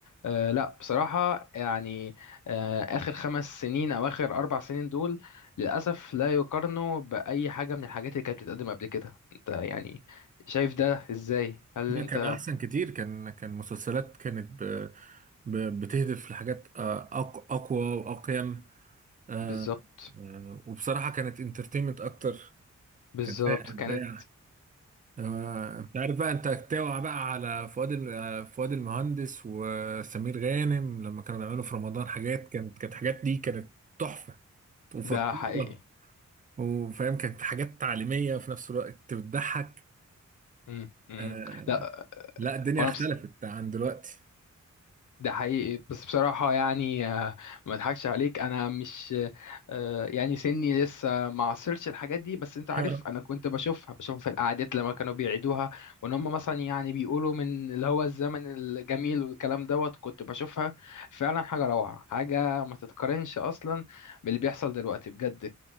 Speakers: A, on the left (about 75°); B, on the right (about 25°).
A: آه، لا بصراحة يعني آه، آخر خمس سنين أو آخر أربع سنين دول للأسف لا يقارنوا بأي حاجة من الحاجات اللي كانت بتتقدم قبل كده أنت يعني شايف ده إزاي؟ هل
B: ده
A: أنت
B: كان احسن كتير كان كان مسلسلات كانت ب... ب... بتهدف لحاجات آه، أق... اقوى واقيم آه،
A: بالظبط
B: آه، وبصراحة كانت انترتينمنت اكتر
A: بالظبط
B: كان فيها ابداع
A: كانت
B: آه، انت عارف بقى انت توع بقى على فؤاد الم- آه، فؤاد المهندس وسمير غانم لما كانوا بيعملوا في رمضان حاجات كانت كانت حاجات دي كانت تحفة وفطورة
A: ده حقيقي
B: وفاهم كانت حاجات تعليمية وفي نفس الوقت بتضحك
A: مم. مم.
B: آه
A: لا
B: لا الدنيا
A: هو
B: اختلفت
A: انا بص...
B: عن دلوقتي
A: ده حقيقي بس بصراحة يعني آه، ما اضحكش عليك أنا مش آه، يعني سني لسه ما عاصرتش الحاجات دي بس أنت
B: <laughs>
A: عارف أنا كنت بشوفها بشوفها في القعدات لما كانوا بيعيدوها وإن هم مثلا يعني بيقولوا من اللي هو الزمن الجميل والكلام دوت كنت بشوفها فعلا حاجة روعة حاجة ما تتقارنش أصلا باللي بيحصل دلوقتي بجد